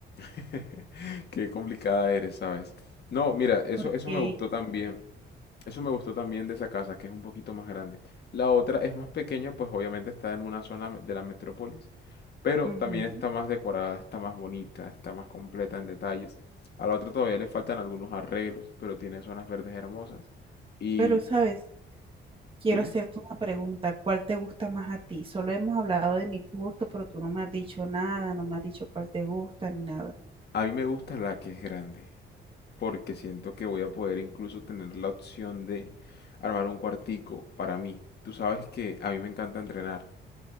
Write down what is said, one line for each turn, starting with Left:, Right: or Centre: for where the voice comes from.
Left: <laughs> Qué complicada eres, ¿sabes? No, mira, eso,
Right: Porque,
Left: eso me gustó también. Eso me gustó también de esa casa, que es un poquito más grande. La otra es más pequeña, pues obviamente está en una zona de la metrópolis, pero
Right: ujú.
Left: también está más decorada, está más bonita, está más completa en detalles. A la otra todavía le faltan algunos arreglos, pero tiene zonas verdes hermosas. Y
Right: Pero, ¿sabes? Quiero
Left: dime.
Right: hacerte una pregunta. ¿Cuál te gusta más a ti? Solo hemos hablado de mi gusto, pero tú no me has dicho nada, no me has dicho cuál te gusta ni nada.
Left: A mí me gusta la que es grande, porque siento que voy a poder incluso tener la opción de armar un cuartico para mí. Tú sabes que a mí me encanta entrenar,